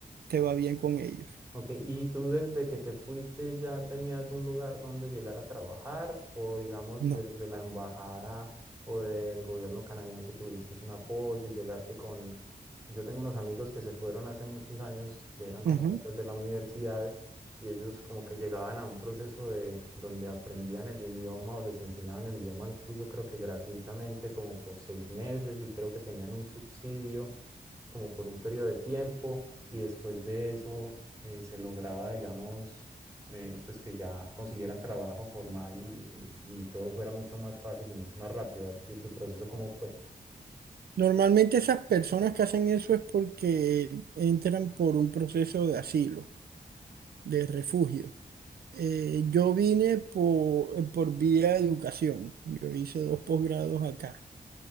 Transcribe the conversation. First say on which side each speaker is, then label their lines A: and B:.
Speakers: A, on the right (about 85°); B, on the right (about 20°).
A: te va bien con ellos.
B: Ok, ¿y tú desde que te fuiste ya tenías un lugar donde llegar a trabajar o digamos
A: No.
B: desde la embajada o del gobierno canadiense tuviste un apoyo y llegaste con... Yo tengo unos amigos que se fueron hace muchos años que eran compañeros
A: Ujú.
B: de la universidad y ellos como que llegaban a un proceso de donde aprendían el idioma o les enseñaban el idioma incluso creo que gratuitamente como por seis meses y creo que tenían un subsidio como por un periodo de tiempo y después de eso eh, se lograba, digamos, eh, pues que ya consiguieran trabajo formal y, y todo fuera mucho más fácil y mucho más rápido. ¿A ti ¿Tu proceso cómo fue?
A: Normalmente esas personas que hacen eso es porque entran por un proceso de asilo, de refugio. Eh, yo vine por, por vía de educación. Yo hice dos posgrados acá.